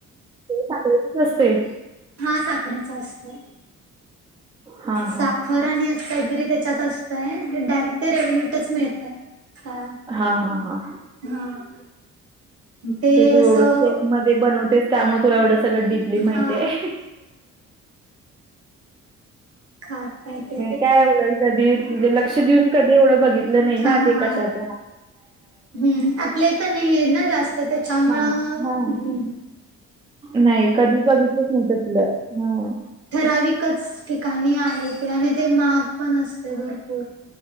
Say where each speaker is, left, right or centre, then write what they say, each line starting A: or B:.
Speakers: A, on the right; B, on the right.
A: साखरेचच असतय.
B: हा. साखरेच असतय.
A: हा हा
B: साख- <unintelligible> आणि अस काहीतरी त्याच्यात असतंय. आणि डायरेक्ट ते रेडीमेटच मिळतय. हा.
A: हा हा हा
B: हां. ते
A: तू
B: असं-
A: एवढं केक ते बनवतेस त्यामुळे तुला एवढं सगळं डीपली माहीतीये.
B: हा खाताय <unintelligible>
A: काय एवढं कधी म्हणजे लक्ष देऊन कधी एवढं बघितलं नाही ना
B: हा
A: ते
B: हा
A: कशात.
B: हम्म. आपल्या इथं नाहीए ना जास्त त्याच्यामुळ-
A: हा हा
B: <unintelligible>
A: नाही. कधी बघितच नव्हतं <unintelligible> हा.
B: ठराविकच ठिकाणी आहे ते. आणि ते महाग पण असत. -य भरपूर.